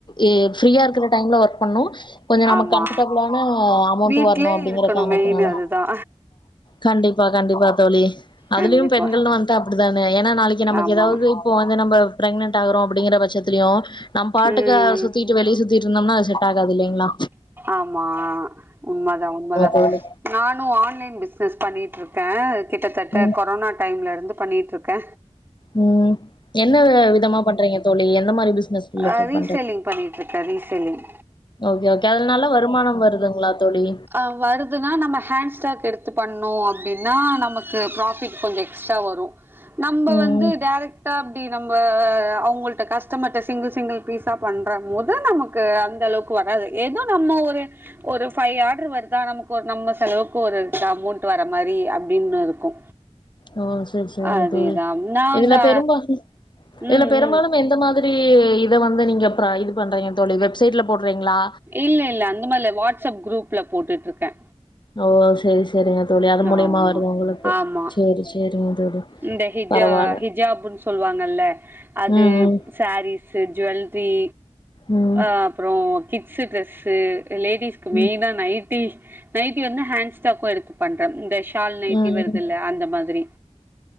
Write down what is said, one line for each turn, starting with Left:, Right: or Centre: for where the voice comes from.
Left: இ ஃப்ரீயா இருக்கற டைம்ல ஒர்க் பண்ணு கொஞ்சம நமக்கு
Right: ஆமா
Left: கம்ஃபர்டபிளாண அமௌண்ட்டு
Right: வீட்லே
Left: வரணு அப்டிங்கற
Right: இருக்கணு
Left: காரணத்தினால
Right: மெயின் அதுதா
Left: கண்டிப்பா கண்டிப்பா தோழி அதுலயும்
Right: கண்டிப்பா
Left: பெண்கள்னு வந்துட்டா அப்டித்தானே ஏன்னா நாளைக்கு நமக்கு
Right: ஆமா
Left: ஏதாவது இப்போ வந்து நம்ம பிரெக்னட் ஆகறோ அப்டிங்கிற பட்சத்திலு நம் பாட்டுக்கு
Right: ம்
Left: சுத் வெளிய சுத்திட்ருந்தோம்ன்னா அது செட் ஆகாது இல்லீங்ளா
Right: ஆமா உண்மதா உண்மதா
Left: தோழி
Right: நானு ஆன்லைன் பிஸ்னஸ் பண்ணிட்டுருக்கே கிட்டத்தட்ட
Left: ம்
Right: கொரோனா டைம்லருந்து பண்ணிட்டுருக்கே
Left: ம் என்ன விதமா பண்றீங்க தோழி எந்த மாரி பிசினஸ் ரிலேடட்டா
Right: அ ரீசேலிங் பண்ணிட்டுருக்க ரீசெல்லிங்
Left: ஓகே ஓகே அத்ல நல்ல வருமானம் வருதுங்களா தோழி
Right: அ வருதுன்னா நம்ம ஹேண்ட்ஸ்டாக் எடுத்து பண்ணோ அப்டின்னா நமக்கு ப்ராஃபிட் கொஞ்சொ எக்ஸ்ட்ரா வரு நம்ம
Left: ம்
Right: வந்து
Left: ம்
Right: டேரக்ட் ட்டா அப்டி நம்ப அவுங்கள்ட கஷ்டம்ர்டா சிங்கிள் சிங்கிள் பீஸா பண்ற போது நமக்கு கு அந்த அளவுக்கு வராது ஏதோ நம்ம ஒரு ஒரு ஃபைவ் ஆர்டரு வருதா நமக்கு ஒரு நம்ம செலவுக்கு ஒரு அமௌண்ட் வர மாரி அப்டின்னு இருக்கு
Left: ஓ சேரி சேரிங்
Right: அதேதா
Left: தோழி
Right: நா வந்து
Left: இதுல பெரும்பால் இதுல
Right: ம்
Left: பெரும்பாலு
Right: ம்
Left: இப்ப எந்த மாதிரி இத வந்து நீங்க இது பண்றீங்க தோழி வெப்சைட்ல போடுறிங்களா
Right: இல்ல இல்ல அந்த மாரி இல வாட்ஸ்அப் குரூப்ல போட்டுட்டு இருக்கே
Left: ஓ சேரி செரிங்க தோழி அது மூலியமா
Right: ஆமா
Left: வருது உங்களுக்கு
Right: ஆமா
Left: செரி செரிங்க தோழி
Right: இந்த ஹிஜா
Left: பரவால்ல
Right: ஹிஜாப்ன்னு சொல்லுவாங்கல்ல அது
Left: ம் ம்
Right: சேரீஸ்சு ஜுவல்லரி
Left: ம்
Right: அ அப்ரோ கிட்ஸ் ட்ரெஸ்சு லேடிஸ்க்கு
Left: ம்
Right: மெயின்னா நைட்டி நைட்டி வந்து ஹேண்ட்ஸ் ஸ்டாக்கு எடுத்து பண்றே இந்த ஷால் நைட்டி
Left: ம்
Right: வருதுல்ல
Left: ம்
Right: அந்த மாரி